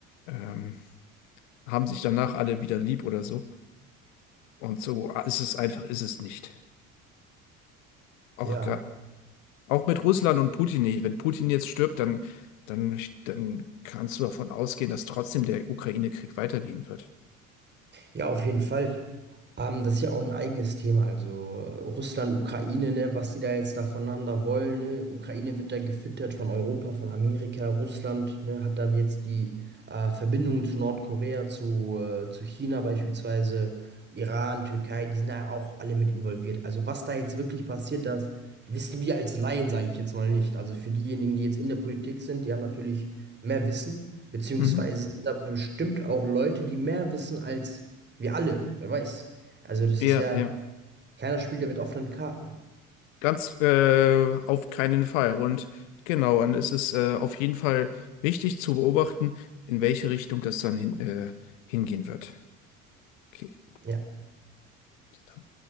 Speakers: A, on the left; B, on the right.
A: ähm, haben sich danach alle wieder lieb oder so. Und so ist es einfach, ist es nicht. Auch,
B: Ja.
A: gra- auch mit Russland und Putin nicht. Wenn Putin jetzt stirbt, dann, dann, dann kannst du davon ausgehen, dass trotzdem der Ukraine-Krieg weitergehen wird.
B: Ja, auf jeden Fall. Ähm, das ist ja auch ein eigenes Thema. Also äh, Russland, Ukraine, ne, was die da jetzt da voneinander wollen. Ne? Ukraine wird da gefüttert von Europa, von Amerika. Russland, ne, hat dann jetzt die äh, Verbindung zu Nordkorea, zu, äh, zu China beispielsweise, Iran, Türkei, die sind da auch alle mit involviert. Also was da jetzt wirklich passiert, das wissen wir als Laien, sage ich jetzt mal nicht. Also für diejenigen, die jetzt in der Politik sind, die haben natürlich mehr Wissen, beziehungsweise
A: Mhm.
B: sind da bestimmt auch Leute, die mehr wissen als wir alle, wer weiß. Also das
A: Ja,
B: ist ja,
A: ja.
B: keiner spielt ja mit offenen Karten.
A: Ganz äh, auf keinen Fall. Und genau, und es ist äh, auf jeden Fall wichtig zu beobachten, in welche Richtung das dann hin, äh, hingehen wird. Okay.
B: Ja,
A: bis dann.